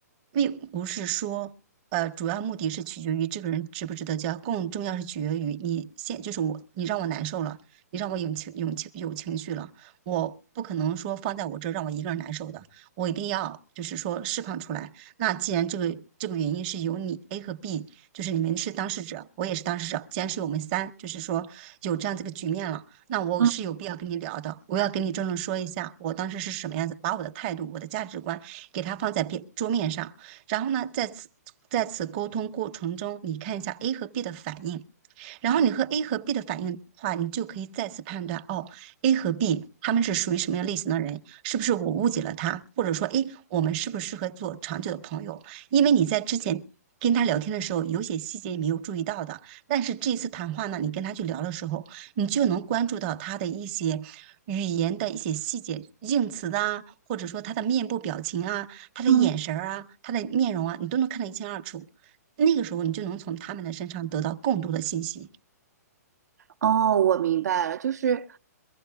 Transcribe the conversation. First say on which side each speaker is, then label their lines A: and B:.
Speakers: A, on the right (about 30°); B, on the right (about 75°).
A: 并不是说，呃，主要目的是取决于这个人值不值得交，更重要是取决于你现，就是我，你让我难受了，你让我有情有情有情绪了，我不可能说放在我这儿让我一个人难受的。我一定要就是说释放出来。那既然这个这个原因是由你 A 和 B，就是你们是当事者，我也是当事者，既然是我们三，就是说有这样这个局面了，那我是有必要跟你聊的，
B: 嗯，
A: 我要跟你郑重说一下，我当时是什么样子，把我的态度、我的价值观给他放在边桌面上，然后呢，在此在此沟通过程中，你看一下 A 和 B 的反应。然后你和 A 和 B 的反应的话，你就可以再次判断哦，A 和 B 他们是属于什么样类型的人，是不是我误解了他，或者说，哎，我们适不适合做长久的朋友？因为你在之前跟他聊天的时候，有些细节你没有注意到的，但是这一次谈话呢，你跟他去聊的时候，你就能关注到他的一些。语言的一些细节、用词啊，或者说他的面部表情啊、他的眼神儿啊、
B: 嗯，
A: 他的面容啊，你都能看得一清二楚。那个时候，你就能从他们的身上得到更多的信息。
B: 哦，我明白了，就是